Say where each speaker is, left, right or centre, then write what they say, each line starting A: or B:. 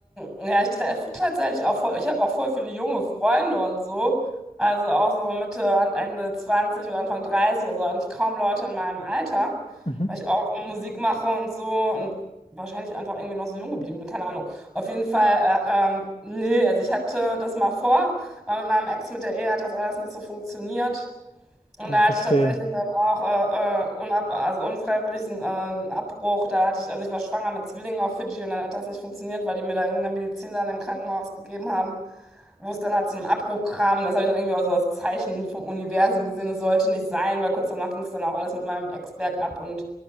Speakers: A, in the centre; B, on the left (about 40°).
A: ähm, ja, ich treffe tatsächlich auch voll, ich habe auch voll viele junge Freunde und so. Also auch so Mitte, an- Ende 20 oder Anfang 30, also eigentlich kaum Leute in meinem Alter,
B: Mhm.
A: weil ich auch Musik mache und so und wahrscheinlich einfach irgendwie noch so jung geblieben bin, keine Ahnung. Auf jeden Fall, äh, ähm, nee, also ich hatte das mal vor, aber mit meinem Ex, mit der Ehe hat das alles nicht so funktioniert. Und
B: Ja,
A: da
B: verstehe.
A: hatte ich tatsächlich dann auch äh, äh, unab also unfreiwillig einen, äh, einen Abbruch. Da hatte ich, also ich war schwanger mit Zwillingen auf Fidschi und dann hat das nicht funktioniert, weil die mir da irgendeine Medizin dann im Krankenhaus gegeben haben, wo es dann halt zu einem Abbruch kam. Das habe ich dann irgendwie auch so als Zeichen vom Universum gesehen. Es sollte nicht sein, weil kurz danach ging es dann auch alles mit meinem Ex bergab und